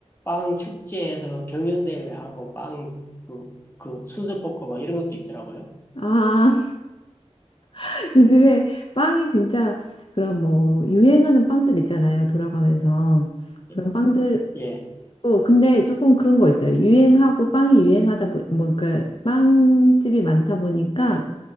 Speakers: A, on the left; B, on the left.
A: 빵 축제에서 경연대회하고 빵 그, 그 순서 뽑고 막 이런 것도 있더라고요.
B: 아, <laughs> 요즘에 빵이 진짜 그런 뭐 유행하는 빵들 있잖아요. 돌아가면서
A: 예,
B: 그런 빵들.
A: 예,
B: 어, 근데 조금 그런 거 있어요. 유행하고 빵이 유행하다 보, 뭐, 그러니까 빵집이 많다 보니까